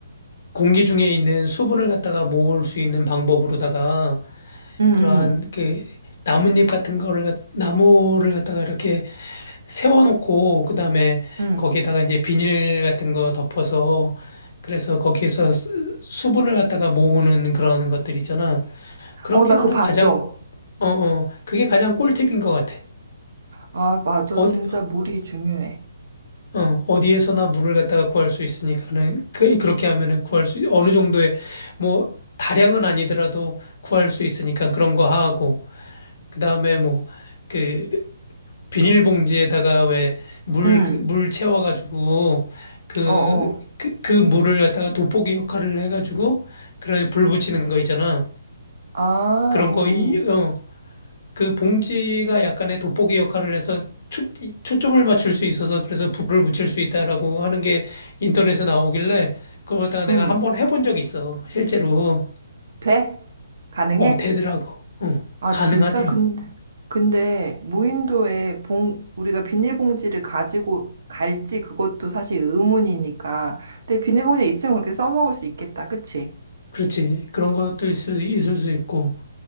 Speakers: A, on the left; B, on the right.
A: 공기 중에 있는 수분을 갖다가 모을 수 있는 방법으로다가
B: 응, 응.
A: 그러한 그 나뭇잎 같은 거를 갖- 나무를 갖다가 이렇게 세워놓고 그다음에
B: 응.
A: 거기에다가 이제 비닐 같은 거 덮어서 그래서 거기에서 수- 수분을 갖다가 모으는 그런 것들 있잖아. 그런
B: 어,
A: 게
B: 나
A: 나는
B: 그거 봤어.
A: 가장 어, 어, 그게 가장 꿀팁인 것 같아.
B: 아, 맞아.
A: 어디,
B: 진짜 물이 중요해.
A: 어, 어디에서나 물을 갖다가 구할 수 있으니까는 그 그렇게 하면은 구할 수 어느 정도의 뭐 다량은 아니더라도 구할 수 있으니까 그런 거 하고 그다음에 뭐그 비닐봉지에다가 왜 물,
B: 응.
A: 물 채워가지고 그,
B: 어, 어.
A: 그, 그 물을 갖다가 돋보기 역할을 해가지고 그런 불 붙이는 거 있잖아.
B: 아,
A: 그런
B: 응,
A: 거, 이-
B: 응.
A: 어, 그 봉지가 약간의 돋보기 역할을 해서 초, 초점을 맞출 수 있어서 그래서 불을 붙일 수 있다라고 하는 게 인터넷에 나오길래 그거 갖다가 내가
B: 응.
A: 한번 해본 적 있어. 실제로.
B: 돼? 가능해?
A: 어, 되더라고. 어,
B: 아,
A: 가능하더라고.
B: 진짜? 근데, 근데 무인도에 봉, 우리가 비닐봉지를 가지고 갈지 그것도 사실 의문이니까. 근데 비닐봉지 있으면 그렇게 써먹을 수 있겠다. 그치?
A: 그렇지. 그런 것도 있을, 있을 수 있고.